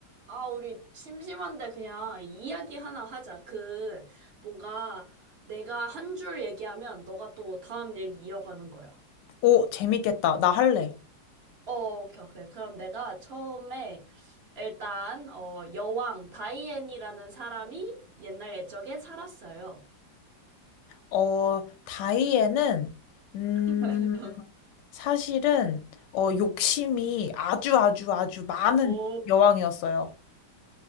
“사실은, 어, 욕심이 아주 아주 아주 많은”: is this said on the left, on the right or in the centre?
Left